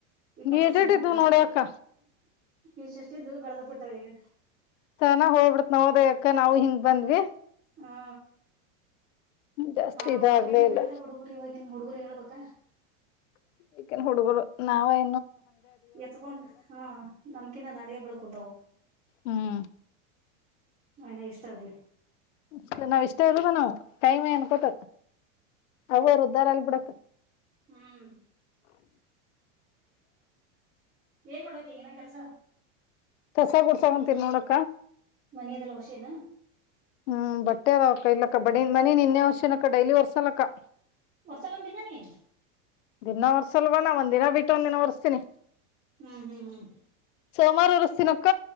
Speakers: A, on the right (about 20°); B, on the left (about 75°).
A: ಇಪ್ಪತ್
B: ಏಟೇಟ್
A: ವರ್ಷದ ಮಕ್ಕಳಾಗೋದ್ರು
B: ಇದ್ವು ನೋಡಿ ಅಕ್ಕ
A: ಇಷ್ಟೆಷ್ಟಿದ್ದು ಬೆಳೆದ ಬಿಟ್ಟವ ಈಗ
B: ಸನ ಹೋಗ್ಬಿಡತ್ ನೋದ ಯಕ ನಾವು ಹಿಂಗ್ ಬಂದ್ವಿ
A: ಹಾ
B: ಜಾಸ್ತಿ
A: ಹಾ
B: ಇದಾಗ್ಲೇ
A: ಬರದಾಗೆ ಬೆಳೀಿತಾ
B: ಇಲ್ಲ
A: ಹುಡುಗರು ಇವಾಗಿನ್ ಹುಡುಗರಿ ಹೇಳ್ಬೇಕ
B: ಈಕೇನ್ ಹುಡುಗರು ನಾವೇ
A: ಎತ್ಕೊಂಡ್ ಹಾ ನಮಕಿನ ದಾಂಡಗೆ ಬೆಳ್ಕುಂತವು
B: ಹ್ಮ್
A: ಯ್ನ ಇಷ್ಟ ಅದ
B: ಷ್ಟ ನಾವ್ ಇಷ್ಟ ಇ ನಾವವು ಕೈ ಮ ಏನ್ ಕೊಟ ಅವವರು ಉದ್ಧಾರ ಅಲ್ ಬಿಡಕ್
A: ಹ್ಮ್ ಏನ್ ಮಾಡೋಕ್ಕೆ ಈಗನ ಕಸ
B: ಕಸ ಕೊಡ್ತಾವಂತೀನ್ಿ ನೋಡಕ್ಕ
A: ಮನೆಯದೆಲ್ಲ ಹುಶಿನಾ
B: ಹ್ಮ್ ಬಟ್ಟೆ ಅವಕ್ಕ ಇಲ್ಲಕ್ಕ ಬಡಿ ಮನಿ ನಿನ್ನೆಷ ಡೈಲಿ ಹೊರ್ಸಲ್ಲಕ್ಕ
A: ವರ್ಷದೊಂದ್ ದಿನ ನೀ
B: ದಿನ ಒರ್ಸಲ್ವ ನಾ ಒಂದ ದಿನ ಬಿಟ್ಟು ಒಂದ್ ದಿನ ಹೊರ್ಸ್ತೀನಿ
A: ಹ್ಮ್ ಹ್ಮ್ ಹ್ಮ್
B: ಸೋಮವಾರ ಉರ್ಸಸ್ತೀನಕ್ಕ